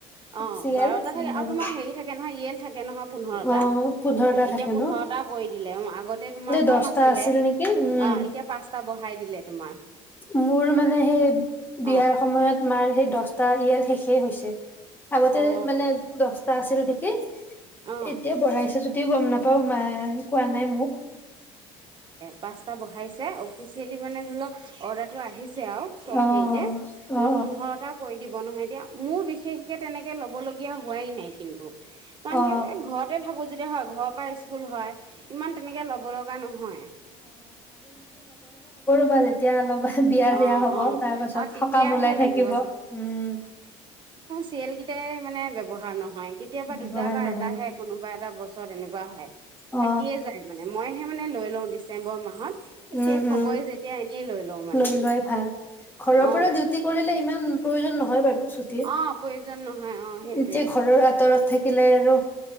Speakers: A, on the right (about 35°); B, on the left (about 15°).
A: অ
B: চিৰিয়েল
A: বাৰটা থাকে
B: উম
A: আৰু তোমাৰ হেৰি থাকে নহয় ই য়েল থাকে নহয় পোন্ধৰটা
B: অ পোন্ধৰটা
A: এতিয়া
B: থাকে
A: পোন্ধৰটা।
B: ন
A: কৰি দিলে অ আগতে তোমাৰ
B: দহটা
A: কম আছিলে
B: আছিল নেকি উম
A: অ এতিয়া পাঁচটা বঢ়াই দিলে তোমাৰ।
B: মোৰ মানে সেই বিয়াৰ
A: অ
B: সময়ত মাৰ সেই দহটা ইয়েল শেষেই হৈছে। আগতে
A: অ
B: মানে দশটা আছিল দে কি।
A: অ
B: এতিয়া বঢ়াইছে য দিও গম নাপাওঁ। অ মা কোৱা নাই মোক।
A: পাচঁটা বঢ়াইছে অফিচিয়েলি মানে ধৰি লওক অৰ্ডাৰটো আহি ছে আৰু চব
B: অ
A: হেৰিতে তোমাৰ
B: অ
A: পোন্ধৰটা কৰি দিব নহয় এতিয়া। মোৰ বিশেষকে তেনেকে ল'ব লগিয়া হোৱাই নাই কিন্তু কাৰণ
B: অ
A: ক' ঘৰতে থাকো যেতিয়া হয় ঘৰৰ পৰা সেটো হয়, ইমান তেনেকে ল'ব লগা নহয়।
B: <inaudible> এতিয়া অলপ বিয়া
A: অঁ
B: চিয়া হ'ব
A: অঁ
B: তাৰ পাছত
A: অঁ তেতিয়াহে
B: সকাম ওলাই থাকিব,
A: লাগিব
B: উম।
A: চিৰিয়েল কেইটাই মানে ব্যৱহাৰ নহয়। কেতিয়াবা দুটা
B: ব্যৱহাৰ
A: বা
B: নহয়
A: এটাহে কোনোবা এটা বছৰ এনেকুৱা হয়
B: অ
A: থাকিয়ে যায় মানে মই মানে লৈ লওঁ ডিচেম্বৰ মাহত। এ
B: উম
A: শেষ হ'বই
B: উম
A: যেতিয়া এনে লৈ মানে
B: লৈ লোৱাই ভাল, ঘৰৰ
A: অঁ
B: পৰা ডিউটি কৰিলে ইমান প্ৰয়োজন নহয় হয় বাৰু চুটি,
A: অঁ প্ৰয়োজন নহয় অঁ সেইটোৱে
B: এতিয়া ঘৰৰ আঁতৰৰ থাকিলে আৰু